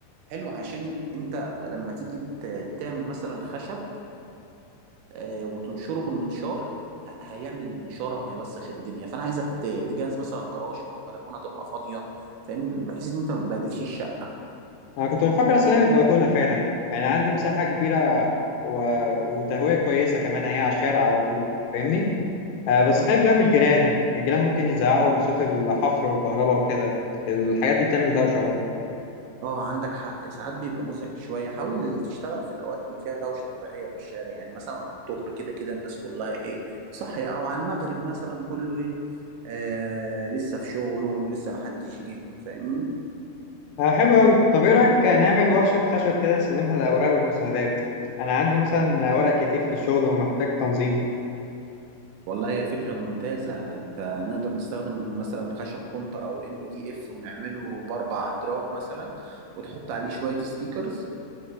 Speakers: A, on the right; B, on the left.
A: حلو عشان انت لما تيجي ت- تعمل مثلا خشب آه، وتنشره بالمنشار ه- هيعمل نشاره وهيوسخ الدنيا فانا عايزك ت- تجهز مثلا جراج او بلكونه تبقى فاضيه فاهم بحيث ان انت ما تبهدلش الشقه
B: أنا كنت بفكر أستلم البلكونة فعلا يعني عندي مساحة كبيرة و... وتهوية كويسة كمان هي على الشارع على طول فاهمني آه بس خايف بقى من الجيران الجيران ممكن يزعقوا من صوت الحفر والكهرباء وكده الحاجات دي بتعمل دوشة برضه
A: اه عندك حق ساعات بيبقى مزعج شوية حاول تشتغل في الأوقات اللي فيها دوشة طبيعية في الشارع يعني مثلا على الظهر كده كده الناس كلها ايه صاحية أو على المغرب مثلا كله ايه آه لسه في شغله ولسه محدش جه فاهمني
B: آه حلو قوي طب ايه رأيك نعمل ورشة خشب كده نستخدمها للأوراق والمستندات أنا عندي مثلا ورق كتير في الشغل ومحتاج تنظيم
A: والله هي فكرة ممتازة انت نقدر نستخدم مثلا خشب كونتر أو ام دي اف ونعمله بأربع أدراج مثلا وتحط عليه شوية ستيكرز